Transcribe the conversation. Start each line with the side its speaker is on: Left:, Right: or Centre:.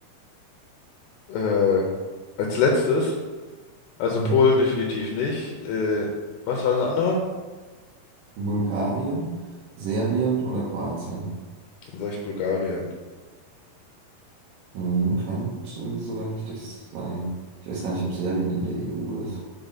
Left: Äh, als letztes, also
Right: Mhm.
Left: Polen definitiv nicht. Äh, was war das andere?
Right: Bulgarien, Serbien oder Kroatien?
Left: Dann sage ich Bulgarien.
Right: Mhm, könnte sogar richtig sein. Ich weiß gar nicht, ob Serbien in der EU ist.